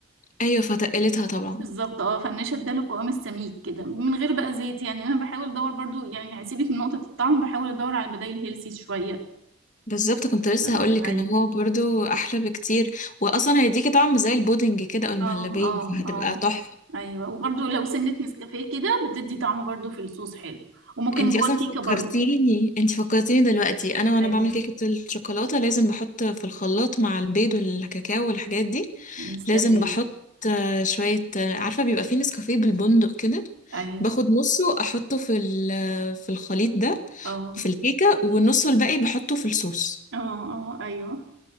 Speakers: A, on the left; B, on the right.
A: ايوه فتقلتها طبعا
B: بالظبط اه فالنشا اداله القوام السميك كده من غير بقى زيت يعني انا بحاول ادور برضو يعني يعني سيبك من نقطه الطعم بحاول ادور على البدائل هيلسي شويه
A: بالظبط كنت لسه
B: آه،
A: هقولك
B: ايوه
A: ان هو برضو احلى بكتير واصلا هيديكي طعم زي البودنج كده او المهلبية
B: اه اه
A: فهتبقى
B: اه
A: تحفة
B: ايوه وبرضو لو سنه نسكافيه كده بتدي طعم برضو في الصوص حلو وممكن
A: انتي
B: جوه
A: اصلا
B: كيكه
A: فكرتيني
B: برضو
A: انتي فكرتيني دلوقتي انا وانا
B: ايوه
A: بعمل كيكه الشوكولاته لازم بحط في الخلاط مع البيض والكاكاو والحاجات دي
B: نسكافيه
A: لازم بحط آه، شويه آه، عارفه بيبقى فيه نسكافيه بالبندق كده
B: ايوه
A: باخد نصه احطه في ال- في الخليط ده
B: او
A: في الكيكه والنص الباقي بحطه في الصوص
B: اه اه ايوه